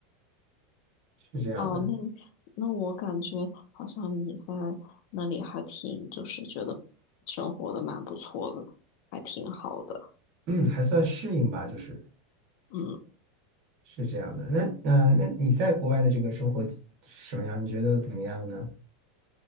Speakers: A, on the right; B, on the left.
A: 是这样的。
B: 哦，那你那我感觉好像你在那里还挺，就是觉得生活的蛮不错的，还挺好的。
A: 嗯，还算适应吧，就是。
B: 嗯。
A: 是这样的。那呃，那你在国外的这个生活什么样？你觉得怎么样呢？